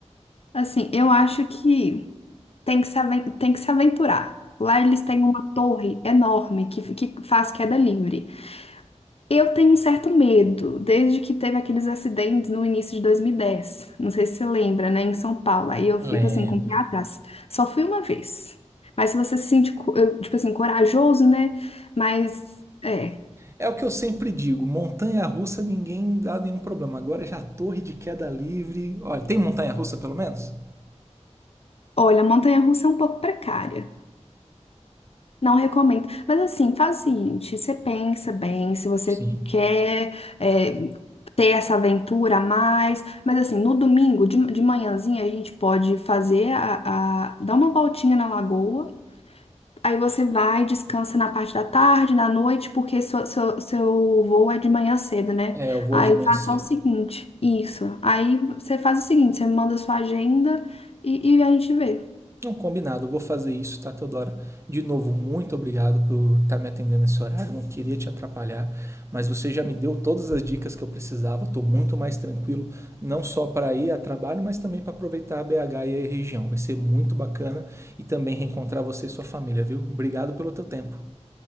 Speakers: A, on the left (about 55°); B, on the right (about 25°).
A: Assim, eu acho que. Tem que se, aven- tem que se aventurar. Lá eles têm uma torre enorme que, que faz queda livre. Eu tenho um certo medo, desde que teve aqueles acidentes no início de dois mil e dez Não sei se você lembra, né? Em São Paulo. Aí eu fico
B: Lembro.
A: assim com o pé atrás. Só fui uma vez. Mas se você se sente, co- eu, tipo assim, corajoso, né? Mas, é.
B: É o que eu sempre digo, montanha-russa ninguém dá nenhum problema. Agora já torre de queda livre. Olha, tem montanha-russa pelo menos?
A: Olha, a montanha-russa é um pouco precária. Não recomendo. Mas assim, faz o seguinte: você pensa bem, se você
B: Sim.
A: quer é, ter essa aventura a mais. Mas assim, no domingo, de, de manhãzinha, a gente pode fazer a, a- dar uma voltinha na lagoa. Aí você vai, descansa na parte da tarde, na noite, porque seu, seu, seu voo é de manhã cedo, né?
B: É, eu vou
A: Aí
B: de manhã
A: faça
B: cedo.
A: o seguinte: isso. Aí você faz o seguinte: você me manda sua agenda e, e a gente vê.
B: Não, combinado, eu vou fazer isso, tá, Teodora? De novo, muito obrigado por estar me atendendo nesse horário, não queria te atrapalhar, mas você já me deu todas as dicas que eu precisava, estou muito mais tranquilo, não só para ir a trabalho, mas também para aproveitar a BH e a região. Vai ser muito bacana e também reencontrar você e sua família, viu? Obrigado pelo teu tempo.